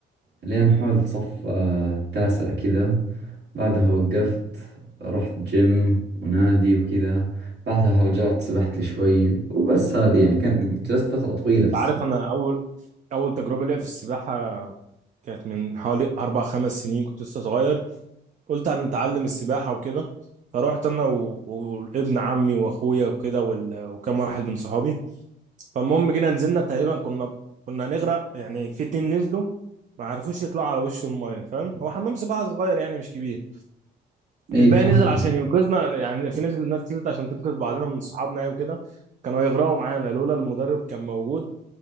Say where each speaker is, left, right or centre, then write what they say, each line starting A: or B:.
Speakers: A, on the right; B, on the right.
A: لين حول صف آه، التاسع كذا بعدها وقفت رحت جيم ونادي وكذا بعدها رجعت سبحت لي شوي وبس هذه يعني كانت جلست فترة طويلة في السباحة
B: عارف أنا أول أول تجربة ليا في السباحة كانت من حوالي أربع خمس سنين كنت لسه صغير قلت هنتعلم السباحة وكده فروحت أنا و... وابن عمي وأخويا وكده وال... وكم واحد من صحابي فالمهم جينا نزلنا تقريبا كنا كنا هنغرق يعني في اتنين نزلوا ما عرفوش يطلعوا على وش المايه فاهم هو حمام سباحه صغير يعني مش كبير
A: اي
B: الباقي
A: فهمت
B: نزل عشان ينقذنا يعني في نزل ناس نزلت عشان تنقذ بعضنا من صحابنا يعني وكده كانوا هيغرقوا معانا لولا المدرب كان موجود